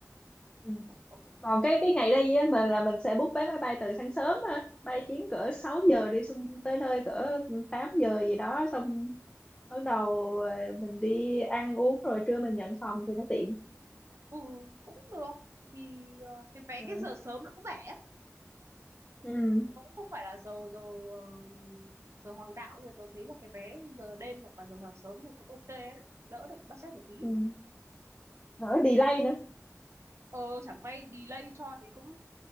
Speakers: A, on the left (about 15°); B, on the right (about 60°).
A: Ừ.
B: tổng cộng là có
A: còn
B: mấy
A: cái cái ngày đi á mình là mình sẽ book vé máy bay từ sáng sớm á bay chuyến cỡ 6 giờ đi xong tới nơi cỡ 8 giờ gì đó xong bắt đầu ờ, mình đi ăn uống rồi trưa mình nhận phòng thì nó tiện
B: ừ cũng được thì ờ, cái vé
A: ừ.
B: cái giờ sớm nó cũng rẻ
A: Ừ.
B: nó cũng không phải là giờ giờ ờ, giờ hoàng đạo nhưng mà tớ thấy là cái vé giờ đêm hoặc là giờ sáng sớm thì cũng ok ấy, đỡ được budget một tí
A: Ừ. đỡ delay nữa
B: ờ chẳng may delay cho thì cũng